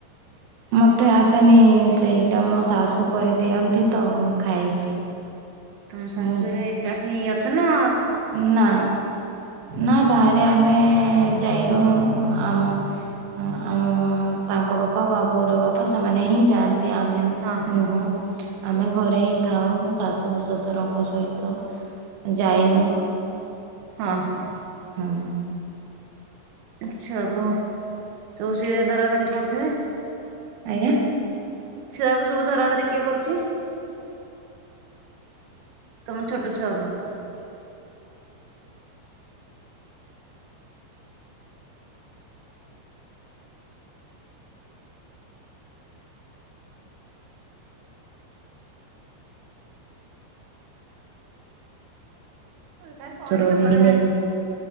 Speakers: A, on the right; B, on the right.
A: ମତେ ଆସେନି ସେଇଟା ମୋ ଶାଶୁ କରିଦିଅନ୍ତି ତ ମୁଁ ଖାଇଛି।
B: ତମ ଶାଶୁରେ
A: ମୁଁ
B: ଏକାଠିଇ ଅଛନା
A: ନା ନା ବାହାରେ ଆମେ ଯାଇନୁ ଆମ ହ ଆମ ତାଙ୍କ ବାପା ବାବୁର ବାପା ସେମାନେ ହିଁ ଯାଆନ୍ତି। ଆମେ
B: ହଁ ହଁ
A: ନୁହୁଁ। ଆମେ ଘରେ ହିଁ ଥାଉ ଶାଶୁ ଓ ଶଶୁରଙ୍କ ସହିତ ଯାଇନୁ।
B: ହଁ ହଁ।
A: ହଁ।
B: ଆଛା କ ସ ସିଏ ଧରାଧରି କରିଥିବେ।
A: ଆଜ୍ଞା।
B: ଛୁଆକୁ ସବୁ ଧରା ଧରି କିଏ କରୁଛି? ତମ ଛୋଟ ଛୁଆ କୁ। ହେ
A: ଶ୍ୱଶୁର
B: କହିଲୁ
A: ବି
B: ପଳା।
A: ନେଇ